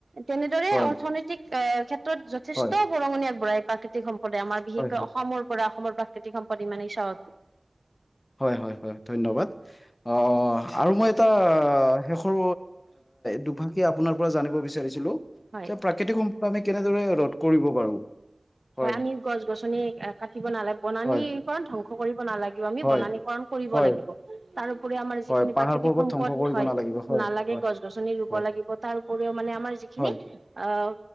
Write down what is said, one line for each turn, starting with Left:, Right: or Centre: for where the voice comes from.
Right: তেনেদৰে
Left: হয়
Right: অৰ্থনৈতিক
Left: হয়
Right: এহ, ক্ষেত্ৰত যথেষ্ট
Left: হয়
Right: বৰঙণি আগবঢ়াই প্ৰাকৃতিক সম্পদ লে আমাৰ বিশেষকৈ
Left: হয় হয়
Right: অসমৰ পৰা অসমৰ প্ৰাকৃতিক সম্পদ ইমানেই চাহত
Left: হয় - হয় - হয় ধন্যবাদ। অ - অ আৰু মই এটা শেষৰ দুভাগ স আপোনাৰ পৰা জানিব বিচাৰিছিলো
Right: হয়
Left: যে প্ৰাকৃতিক সম্পদ আমি কেনেদৰে ৰ'দ কৰিব পাৰো। হয়
Right: আমি গছ গছনি কাটিব নালাগে বনানি
Left: হয়
Right: পৰা ধ্বংস কৰিব নালাগিব আমি
Left: হয়
Right: বনানীকৰণ কৰিব
Left: হয়
Right: লাগিব। তাৰোপৰি আমাৰ যিখিনি
Left: হয় পাহাৰ
Right: প্ৰাকৃতিক
Left: পৰ্বত
Right: সম্পদ
Left: ধ্বংস কৰিব
Right: হয়
Left: নালাগিব হয়
Right: নালাগে
Left: হয়
Right: গছ - গছনি ৰুব
Left: হয়
Right: লাগিব তাৰ উপৰিও মানে আমাৰ যিখিনি
Left: হয়
Right: আহ